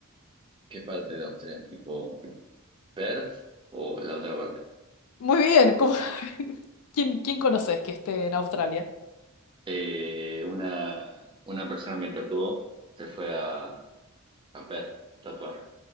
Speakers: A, on the right; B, on the left.
A: qué parte de Austria? Tipo. Perth o la otra parte.
B: muy bien, ¿cómo- <laughs> ¿Quién, quién conoces que esté en Australia?
A: Eh, una, una persona me tatuó, se fue a, a Perth, a tatuar.